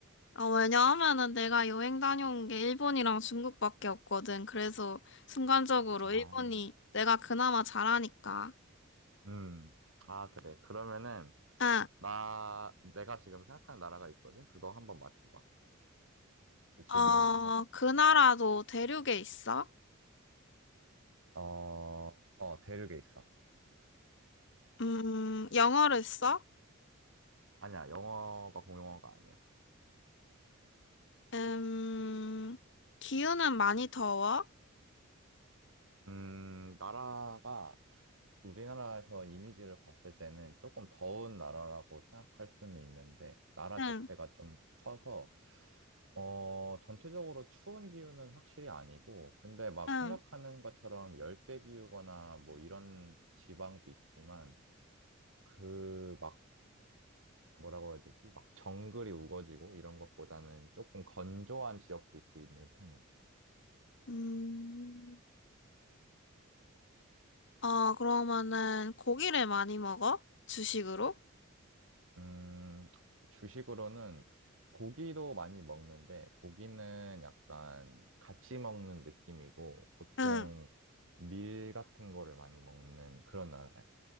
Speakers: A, on the left (about 60°); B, on the right (about 70°).
A: 어, 왜냐하면은 내가 여행 다녀온 게 일본이랑 중국밖에 없거든. 그래서 순간적으로
B: 아,
A: 일본이 내가 그나마 잘하니까.
B: 음. 아, 그래. 그러면은,
A: 응.
B: 나, 내가 지금 생각하는 나라가 있거든? 그거 한번 맞춰봐. 이 질문.
A: 어,
B: 합-
A: 그 나라도 대륙에 있어?
B: 어, 어, 대륙에 있어.
A: 음, 영어를 써?
B: 아니야, 영어가 공용어가 아니야.
A: 음, 기후는 많이 더워?
B: 음, 나라가 우리나라에서 이미지를 봤을 때는 조금 더운 나라라고 생각할 수는 있는데, 나라
A: 응,
B: 자체가 좀 커서, 어, 전체적으로 추운 기후는 확실히 아니고, 근데 막
A: 응.
B: 생각하는 것처럼 열대 기후거나 뭐 이런 지방도 있지만, 그 막 뭐라고 해야 되지? 막 정글이 우거지고 이런 것보다는 조금 건조한 지역도 있고 있는 편이야.
A: 음, 어, 그러면은 고기를 많이 먹어? 주식으로?
B: 음, 주식으로는 고기도 많이 먹는데, 고기는 약간 같이 먹는 느낌이고, 보통
A: 응.
B: 밀 같은 거를 많이 먹는 그런 나라야.